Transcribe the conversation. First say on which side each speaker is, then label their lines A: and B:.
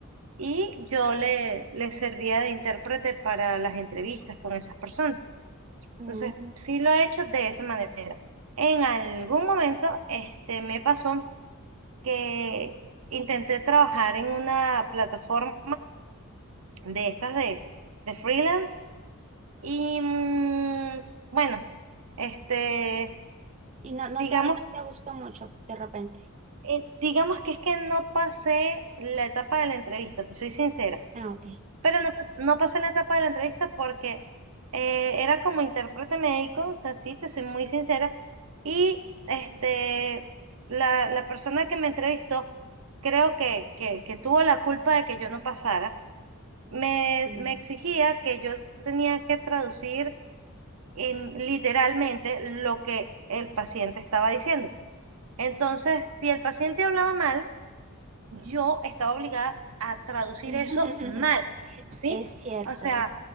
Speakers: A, on the right; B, on the right.
A: Y yo le, le servía de intérprete para las entrevistas con esas personas.
B: Mm,
A: Entonces, sí lo he hecho de esa manera. En algún momento, este, me pasó que intenté trabajar en una plataforma de estas de, de freelance y mm, bueno, Este,
B: Y no, no
A: digamos,
B: te, no te gustó mucho de repente.
A: eh, digamos que es que no pasé la etapa de la entrevista, te soy sincera,
B: Ah, ok.
A: pero no, pas- no pasé la etapa de la entrevista porque eh, era como intérprete médico, o sea, sí, te soy muy sincera, y este, la, la persona que me entrevistó, creo que, que, que tuvo la culpa de que yo no pasara, me,
B: Mm.
A: me exigía que yo tenía que traducir em, literalmente lo que el paciente estaba diciendo. Entonces, si el paciente hablaba mal, yo estaba obligada a traducir
B: <laughs>
A: eso mal, ¿sí?
B: Es cierto.
A: O sea,